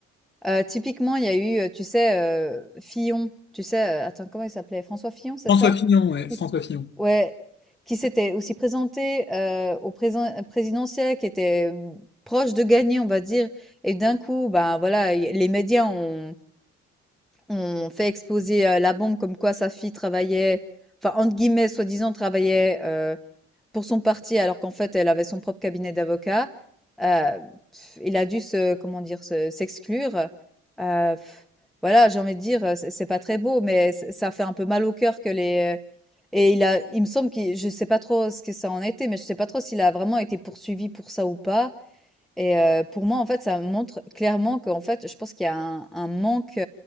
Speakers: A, in the centre; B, on the left.
A: Heu, typiquement, il y a eu, heu, tu sais, heu, Fillon, tu sais, heu, attends, comment il s'appelait? François Fillon, c'est
B: François
A: ça?
B: Fillon, ouais,
A: Qui
B: François
A: s
B: Fillon.
A: ouais, qui s'était aussi présenté, heu, au présen présidentiel, qui était, mmh, proche de gagner, on va dire et d'un coup, ben, voilà, il les médias ont ont fait exploser, heu, la bombe comme quoi sa fille travaillait enfin, entre guillemets, soi-disant travaillait, euh, pour son parti, alors qu'en fait, elle avait son propre cabinet d'avocats, heu, il a dû se comment dire? Se s'exclure, heu, heu, voilà, j'ai envie de dire, heu, c'est c'est pas très beau, mais ç ça fait un peu mal au cœur que les euh, et il a il me semble qu'il je sais pas trop ce que ça en était, mais je sais pas trop s'il a vraiment été poursuivi pour ça ou pas. Et heu, pour moi, en fait, ça montre clairement qu'en fait, je pense qu'il y a un un manque,